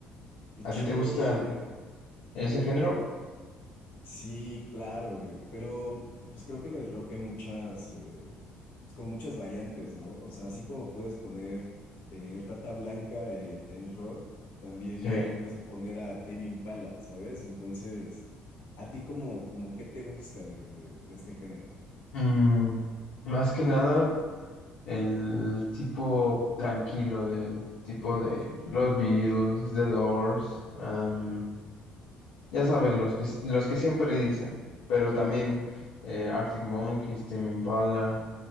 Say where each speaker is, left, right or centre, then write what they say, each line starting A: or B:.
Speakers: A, on the left (about 70°); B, on the left (about 80°).
A: Qué chido.
B: ¿A ti te gusta
A: Oye,
B: ese género?
A: sí, claro, güey. Pero, pues creo que en el rock hay muchas, eh, pues como muchas variantes, ¿no? O sea, así como puedes poner eh, Rata Blanca en, en rock, también
B: Sí.
A: puedes poner a Tame Impala, ¿sabes? Entonces, ¿a ti como, como qué te gusta de, de- de este género?
B: Mm, más que nada, el tipo tranquilo, del tipo de los Beatles, The Doors, am, Ya sabes, los que, los que siempre dicen, pero también eh, Arctic Monkeys, Tame Impala,